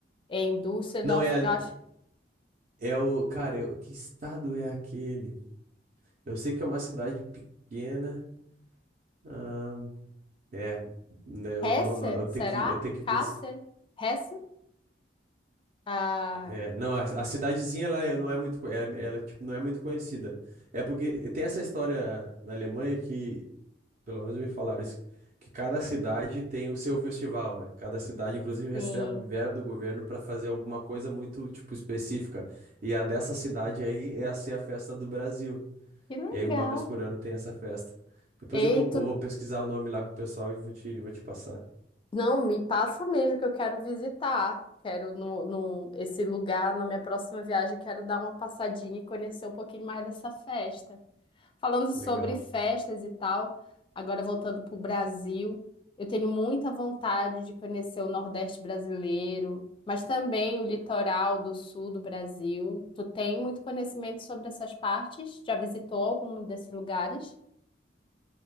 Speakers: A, on the left; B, on the right.
A: é em Düsseldorf,
B: Não, é, ali-
A: eu acho.
B: é o. Cara, eu- que estado é aquele? Eu sei que é uma cidade pequena. ahn, é, né, eu
A: Hesse,
B: não, não- eu tenho
A: será?
B: que, eu tenho que
A: Kassel?
B: pesquisar.
A: Hesse? Ah,
B: É, é, não, a, a cidadezinha ela é- não é muito, co- ela, ela, tipo, não é muito conhecida. É porque tem essa história na Alemanha que Pelo menos me falaram isso, que cada cidade tem o seu festival, né? Cada cidade, inclusive,
A: sim.
B: recebe verba do governo para fazer alguma coisa muito, tipo, específica. E a dessa cidade aí é a ser a festa do Brasil.
A: Que legal.
B: E aí, uma vez por ano tem essa festa. Depois
A: Eita,
B: eu vou, eu vou pesquisar o nome lá com o pessoal e vou te, vou te passar.
A: não, me passa mesmo que eu quero visitar. Quero no, no, esse lugar, na minha próxima viagem, quero dar uma passadinha e conhecer um pouquinho mais dessa festa. Falando sobre
B: Legal.
A: festas e tal, agora voltando para o Brasil, eu tenho muita vontade de conhecer o Nordeste brasileiro, mas também o litoral do sul do Brasil. Tu tem muito conhecimento sobre essas partes? Já visitou algum desses lugares?